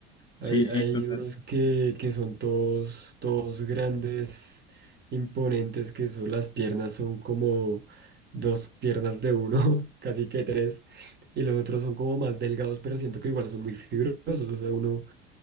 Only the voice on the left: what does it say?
Sí, sí,
total.